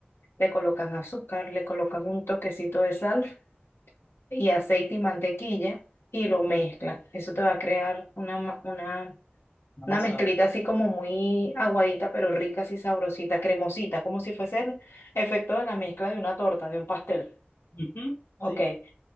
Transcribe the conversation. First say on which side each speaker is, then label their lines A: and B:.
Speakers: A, on the left (about 85°); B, on the left (about 60°).
A: le colocan azúcar, le colocan un toquecito de sal y aceite y mantequilla y lo mezclan. Eso te va a crear una, ma- una,
B: la
A: una
B: masa.
A: mezclita así como muy aguadita, pero rica, así sabrosita, cremosita, como si fuese el efecto de la mezcla de una torta, de un pastel.
B: Ujú,
A: Ok,
B: sí,
A: eh,